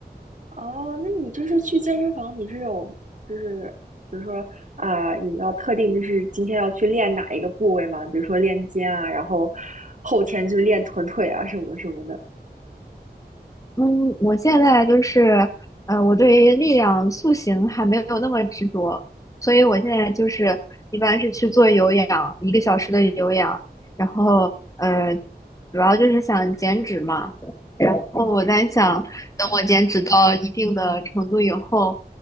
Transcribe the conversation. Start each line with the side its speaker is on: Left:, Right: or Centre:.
Right: 哦，那你就是去健身房，你是有就是比如说啊、你要特定就是今天要去练哪一个部位吗？比如说练肩啊，然后后天就练臀腿啊什么什么的。
Left: 嗯，我现在就是，呃，我对于力量塑形还没有那么执着，所以我现在就是一般是去做有氧，一个小时的有氧，然后呃，主要就是想减脂嘛，然后我在想，等我减脂到一定的程度以后，